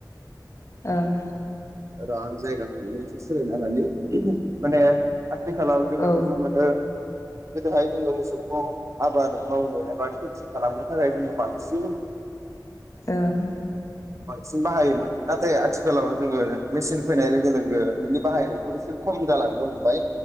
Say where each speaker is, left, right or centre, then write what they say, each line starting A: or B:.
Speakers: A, on the left; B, on the right.
A: ओं
B: रां जायगाखौनो एसे सोलायना लानि माने आथिखालाव जोङो
A: औ
B: नुनो मोनो गोदोहाय जोङो मोसौखौ आबाद मावनो एबा खेथि खालामनो थाखाय जोङो बांसिन
A: ओं
B: सिन बाहायोमोन नाथाय आथिखालाव जोङो मेसिन फैनाय लोगो लोगो बिनि बाहायनायखौ एसे खम जालांनो हमबाय